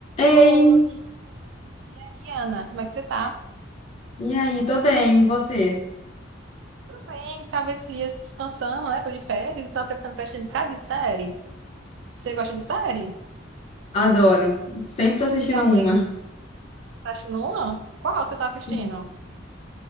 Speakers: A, on the right; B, on the left.
A: Oi,
B: Ei,
A: e aí, Ana, como é que você tá?
B: e aí, tô bem, e você?
A: Tudo bem, talvez dias descansando, né? Tô de férias e tô aproveitando pra assistir um bocado de série. Você gosta de série?
B: Adoro. Sempre tô assistindo
A: Tem alguém
B: uma.
A: que você tá assistindo uma? Qual você tá assistindo?
B: Sim.